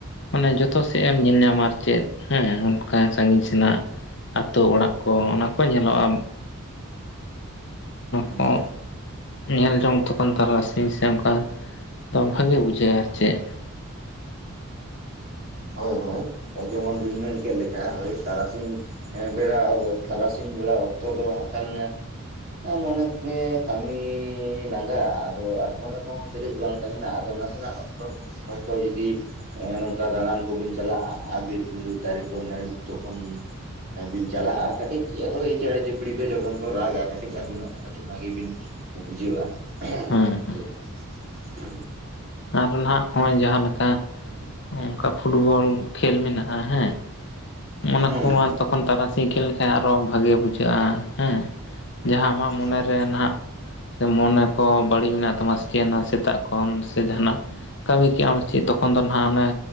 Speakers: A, on the left (about 55°); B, on the right (about 45°).
A: ᱢᱟᱱᱮ ᱡᱚᱛᱚ ᱥᱮᱫ ᱮᱢ ᱧᱮᱞ ᱧᱟᱢᱟ ᱟᱨ ᱪᱮᱫ ᱦᱮᱸ ᱚᱱᱠᱟ ᱥᱟᱹᱜᱤᱧ ᱥᱮᱱᱟᱜ ᱟᱹᱛᱳ ᱚᱲᱟᱜ ᱠᱚ ᱚᱱᱟ ᱠᱚ ᱧᱮᱞᱚᱜ-ᱟ᱾
B: ᱦᱩᱸ᱾
A: ᱠᱚ ᱧᱮᱞ ᱡᱚᱝ ᱛᱚᱠᱷᱚᱱ ᱛᱟᱨᱟᱥᱤᱧ ᱥᱮ ᱚᱱᱠᱟ ᱫᱚ ᱵᱷᱟᱜᱮ ᱵᱩᱡᱷᱟᱹᱜ-ᱟ ᱟᱨ ᱪᱮᱫ᱾
B: ᱦᱳᱭ, ᱦᱳᱭ ᱡᱮᱢᱚᱱ ᱵᱤᱱ ᱢᱮᱱ ᱠᱮᱫ ᱞᱮᱠᱟ ᱦᱳᱭ ᱛᱟᱨᱟᱥᱤᱧ ᱵᱮᱲᱟ ᱛᱟᱨᱟᱥᱤᱧ ᱵᱮᱲᱟ ᱚᱠᱛᱚ ᱫᱚ ᱦᱟᱸᱜ ᱠᱷᱟᱱ ᱢᱚᱱᱮ ᱜᱮ ᱠᱟᱹᱢᱤ ᱞᱟᱸᱜᱟ ᱟᱫᱚ ᱟᱨ ᱢᱚᱱᱮ ᱠᱚᱦᱚᱸ ᱯᱷᱮᱨᱮᱥ ᱵᱟᱝ ᱛᱟᱦᱮᱱᱟ᱾ ᱱᱟᱥᱮᱱᱟᱜ ᱚᱠᱛᱚ ᱦᱚᱭ ᱛᱚ ᱡᱩᱫᱤ ᱱᱚᱝᱠᱟ ᱫᱟᱲᱟᱱ ᱠᱚᱵᱤᱱ ᱪᱟᱞᱟᱜ-ᱟ ᱟᱨ ᱵᱤᱨ ᱵᱩᱨᱩ ᱫᱟᱨᱤ ᱠᱚ ᱱᱟᱹᱲᱤᱜ ᱡᱚᱠᱷᱚᱱ᱾ ᱵᱤᱱ ᱪᱟᱞᱟᱜ-ᱟ ᱾ᱠᱟᱹᱴᱤᱡ ᱦᱳᱭ ᱪᱮᱸᱬᱮ ᱪᱩᱯᱲᱤ ᱠᱚ ᱡᱚᱠᱷᱚᱱ ᱠᱚ ᱨᱟᱜ-ᱟ ᱠᱟᱹᱴᱤᱡ ᱟᱹᱵᱤᱱᱟᱜ ᱦᱚᱸ ᱠᱟᱹᱴᱤᱡ ᱵᱷᱟᱜᱤ ᱵᱤᱱ ᱵᱩᱡᱷᱟᱜ-ᱟ
A: ᱦᱮᱸ
B: ᱴᱷᱤᱠ ᱦᱮᱸ᱾
A: ᱟᱨ ᱱᱟᱦᱟᱜ ᱦᱚᱸᱜ-ᱚᱭ ᱡᱟᱦᱟ ᱞᱮᱠᱟ ᱚᱱᱠᱟ ᱯᱷᱩᱴᱵᱚᱞ ᱠᱷᱮᱞ ᱢᱮᱱᱟᱜ-ᱟ ᱦᱮᱸ᱾ ᱢᱟᱱᱮ
B: ᱦᱩᱸ
A: ᱠᱚ ᱟᱨ ᱛᱚᱠᱷᱚᱱ ᱛᱟᱨᱟᱥᱤᱧ ᱠᱷᱮᱞ ᱟᱨᱚ ᱵᱷᱟᱜᱮ ᱵᱩᱡᱷᱟᱹᱜ-ᱟ ᱦᱮᱸ ᱡᱟᱦᱟ ᱟᱢᱟᱜ ᱢᱚᱱᱮᱨᱮ
B: ᱦᱳᱭ ᱦᱳᱭ
A: ᱱᱟᱦᱟᱜ ᱢᱚᱱᱮ ᱠᱚ ᱵᱟᱹᱲᱤᱡ ᱢᱮᱱᱟᱜ ᱛᱟᱢᱟ ᱥᱮ ᱪᱮᱫ ᱱᱟᱜ ᱥᱮᱛᱟᱜ ᱠᱷᱚᱱ ᱥᱮ ᱡᱟᱦᱟᱱᱟᱜ ᱠᱟᱹᱢᱤ ᱠᱮᱜᱟᱢ ᱪᱮᱫ ᱛᱚᱠᱷᱚᱱ ᱫᱚ ᱱᱟᱦᱟᱜ ᱚᱱᱮ